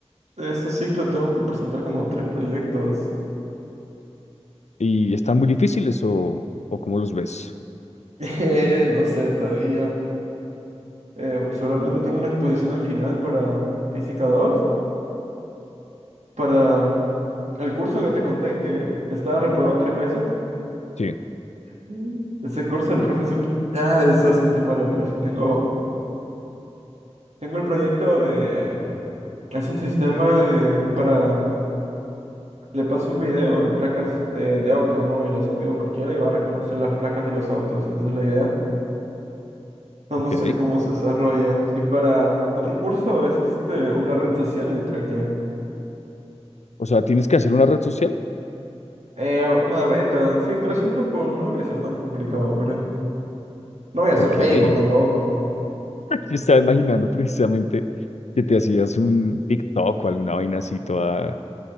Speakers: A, on the right; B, on the left.
A: Este ciclo tengo que presentar como tres proyectos.
B: ¿Y están muy difíciles o, o cómo los ves?
A: <laughs> Eh, no sé todavía. Eh, seguramente tengo una exposición al final para Física 2. para el curso que te conté que estaba reprobado tres veces.
B: Sí,
A: Mm. Ese curso el profe es un- Ah, es bastante malo, pero sí tengo... Tengo el proyecto de... Es un sistema de- para... Le paso un video de placas de, de autos móviles, un video cualquiera y va a reconocer las placas de los autos. Esa es la idea. Vamos
B: ok,
A: a ver cómo se desarrolla. Y para otro curso es este una red social de Treke.
B: O sea, ¿tienes que hacer una red social?
A: Eh, una beta, sí, pero es un grupo, no debería ser tan complicado, creo. No voy a
B: ok.
A: hacer Facebook
B: <laughs>
A: tampoco.
B: Yo estaba imaginando precisamente que te hacías un TikTok o alguna vaina así toda